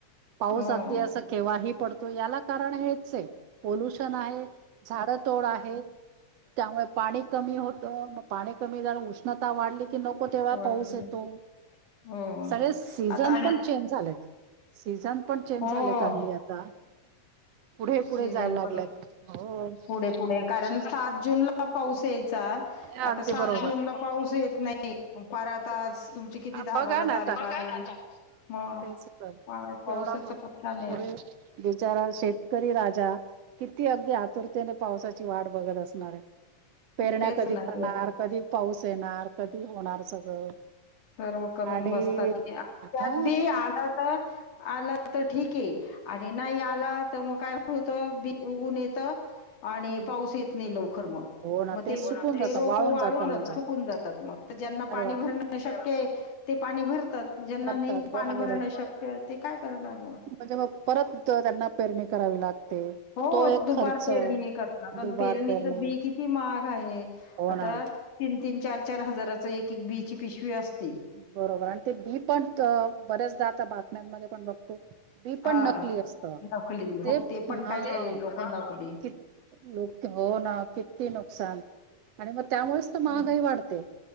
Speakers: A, on the right (about 65°); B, on the left (about 75°).
A: पाऊस
B: हो
A: अगदी असं केव्हाही पडतो, याला कारण हेच आहे. पोल्युशन आहे, झाड तोड आहे. त्यामुळे पाणी कमी होतं मग पाणी कमी झालं उष्णता वाढली की नको तेव्हा
B: वाढले
A: पाऊस येतो.
B: हो
A: सगळे सीझन
B: आता आम
A: पण चेंज झालेत. सीझन पण चेंज
B: हो
A: झालेत आगली आता. पुढे पुढे
B: सीझन
A: जायला लागलेत.
B: पण
A: हो
B: पुढे पुढे कारण सात जून ला पाऊस यायचा.
A: अगदी
B: आता सात
A: बरोबर
B: जूनला पाऊस येत नाही. परत आज तुमची किती दहा
A: बघा
B: बारा
A: ना
B: तारीख
A: आता
B: आहे. मग
A: तेच तर
B: हा. पावसाचा
A: तेवढा
B: पत्ता नाही.
A: पुढे बिचारा शेतकरी राजा, किती अगदी आतुरतेने पावसाचे ची वाट बघत असणार आहे. पेरण्या
B: मग तेच
A: कधी
B: ना
A: करणार
B: ते
A: कधी पाऊस येणार कधी होणार सगळं
B: सर्व करून
A: आणि
B: बसतात ते.
A: हा.
B: त्यात बी आलं तर आलं तर ठीक आहे आणि नाही आला तर मग काय होत बी उगवून येत आणि
A: हम्म.
B: पाऊस येत नाही लवकर मग.
A: हो ना
B: मग ते
A: सुकून जातं
B: रोप वाळून
A: जातं
B: जातात
A: म्हणजे
B: सुखून जातात मग. ज्यांना
A: अरे
B: पाणी
A: बापरे
B: भर शक्य ते पाणी भरतात. ज्यांना
A: भरतात
B: नाही
A: बरोबर
B: पाणी भरणं
A: आहे.
B: शक्य ते काय करणार म.
A: म्हणजे मग परत त्यांना पेरणी करावी लागते.
B: हो
A: तो
B: हो.
A: एक
B: दुबार
A: खर्च
B: पेरणी करतात, पण
A: दुबार
B: पेरणीच
A: पेरणी
B: बी किती महाग आहे.
A: हो
B: आता
A: ना.
B: तीन तीन चार चार हजाराच एक एक बी ची पिशवी असते.
A: बरोबर आणि ते बी पण बर्याचदा आता बातम्यांमध्ये पण बघतो बी पण
B: हा
A: नकली असत,
B: नकली
A: ते
B: हो पण
A: हा.
B: काही ते काही लोक हां. नकली
A: कि लोक हो ना. किती नुकसान आणि मग त्यामुळेच तर महागाई
B: हं,
A: वाढते.